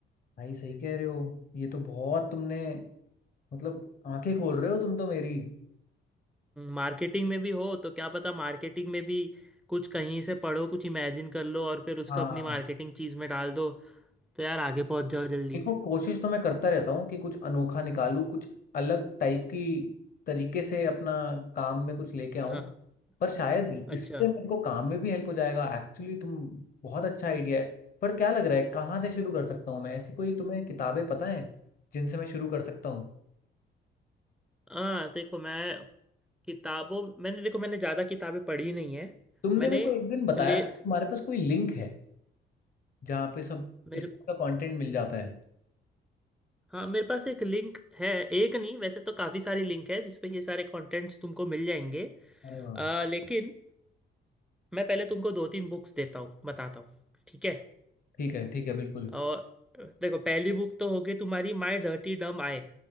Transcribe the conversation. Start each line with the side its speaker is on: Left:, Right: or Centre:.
Left: भाई सही कह रहे हो ये तो बहुत तुमने मतलब आंखें खोल रहे हो तुम तो मेरी
Centre: मार्केटिंग में भी हो तो क्या पता मार्केटिंग में भी कुछ कहीं से पढ़ो कुछ इमेजिन कर लो और फिर उसको
Left: हाँ
Centre: अपनी मार्केटिंग चीज़ में डाल दो तो यार आगे पहुंच जाओ जल्दी
Left: देखो कोशिश तो मैं करता रहता हूँ कि कुछ अनोखा निकालूं कुछ अलग टाइप की तरीके से अपना काम में कुछ लेके आऊं
Centre: हाँ
Left: पर शायद
Centre: अच्छा
Left: इससे मेरे को काम में भी हेल्प हो जाएगा एक्चुअली तुम बहुत अच्छा आइडिया है पर क्या लग रहा है कहाँ से शुरू कर सकता हूँ मैं ऐसी कोई तुम्हें किताबें पता है जिनसे मैं शुरू कर सकता हूँ
Centre: हाँ देखो मैं किताबों मैंने देखो मैंने ज़्यादा किताबें पढ़ी नहीं है
Left: तुमने
Centre: मैंने
Left: मेरे को एक दिन बताया
Centre: ले
Left: था कि तुम्हारे पास कोई लिंक है जहाँ पे सब
Centre: मेरे
Left: इस टाइप का कंटेंट मिल जाता है
Centre: हाँ मेरे पास एक लिंक है एक नहीं वैसे तो काफ़ी सारी लिंक है जिसपे ये सारे कंटेंट्स तुमको मिल जाएंगे
Left: अरे वाह
Centre: आ, लेकिन मैं पहले तुमको दो तीन बुक्स देता हूँ बताता हूँ ठीक है
Left: ठीक है ठीक है बिल्कुल
Centre: और देखो पहली बुक तो होगी तुम्हारी माई डर्टी डम आई